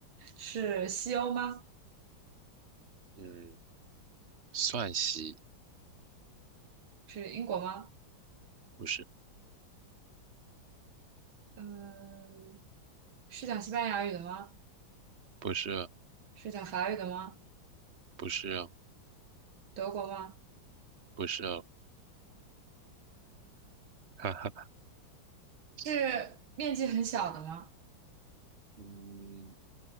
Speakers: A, on the right; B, on the right.
A: 是西欧吗？
B: 嗯，算西
A: 是英国吗？
B: 不是
A: 嗯，是讲西班牙语的吗？
B: 不是哦
A: 是讲法语的吗？
B: 不是哦
A: 德国吗？
B: 不是哦，<laughs> 哈哈，
A: 是面积很小的吗？
B: 嗯